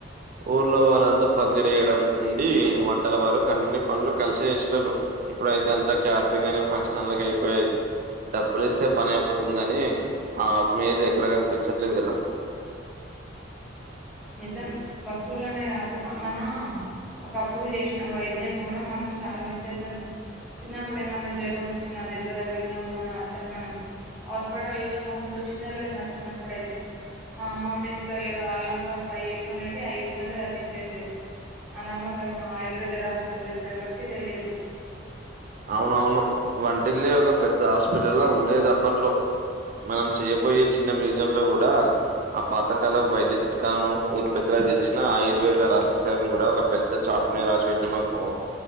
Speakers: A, on the right (about 45°); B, in the centre.
A: ఊర్లో వాళ్ళంతా పందిరేయడం నుండి వంటల వారకు అన్ని పనులు కలిసే చేస్తోల్లం ఇప్పుడు అయితే అంతా క్యాడరింగ్ అనే ఫంక్షన్ హల్లక్ అయిపోయాయి డబ్బులీస్తే పని అయిపోతుంది గాని ఆ ఆత్మీయత ఎక్కడ కనిపించట్లేదు కదా
B: నిజం వస్తువులనే కాదు మన ఒకప్పుడు చేసిన వైద్యం కూడా మనం చాలా మిస్ అయితున్నాం. చిన్నప్పుడు ఏమన్నా జ్వరం వచ్చినా దెబ్బ తగిలిన కూడా అసలు మనం. హాస్పిటల్ మొహం చూసిందే లేదు నా చిన్నప్పుడైతే మా అమ్మమ్మ ఇంట్లో ఏదో అల్లం పసుపు. వై యు ట్రినిటీ అయిట్తోనే తగ్గించేసేది. ఆ నమ్మకము ఆయుర్వేద రహస్యాలు ఇప్పుడుఎవ్వరికీ తెలిదు.
A: అవునవును వంటిల్లే ఒక పెద్ద హాస్పిటల్ ఉండేది అప్పట్లో. మనం చెయబోయే చిన్న మ్యూజియం లో కూడా. ఆ పాతకాల వైద్య చిట్కాను ఊరు పెద్దలకి తెలిసిన ఆయుర్వేద రహస్యాలను కూడా ఒక పెద్ద చాటు. అట్నే రాసి పెట్టిన అనుకో